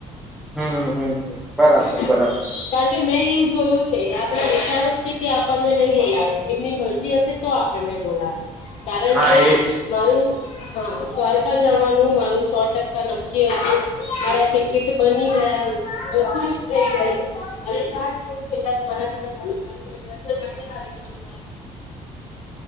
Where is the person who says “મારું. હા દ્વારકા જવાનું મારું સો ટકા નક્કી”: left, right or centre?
Left